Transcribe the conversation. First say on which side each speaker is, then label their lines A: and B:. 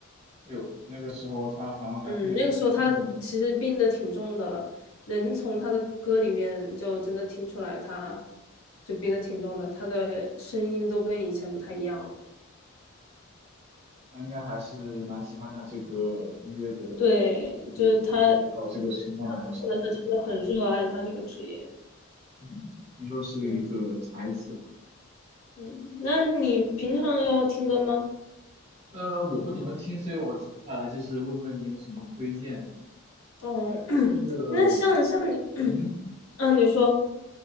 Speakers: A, on the right; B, on the left.
A: 哎呦，那个时候他好像还病得挺重的，
B: 嗯，那个时候他其实病得挺重的了，能从他的歌里面就真的听出来他就病得挺重的，他的声音都跟以前不太一样了。
A: 他应该还是蛮喜欢他这个音乐的
B: 对，
A: 事业的，
B: 就是他看得出来他真的很热爱他这个职业。
A: 就是到这个情况还要成歌。嗯，听说是一个才子啊。
B: 嗯嗯，那你平常要听歌吗？
A: 呃，我不怎么听，所以我下来就是问问你有什么推荐。
B: 哦，
A: 对，
B: 嗯那像像你，
A: 就是，嗯
B: 嗯，啊你说，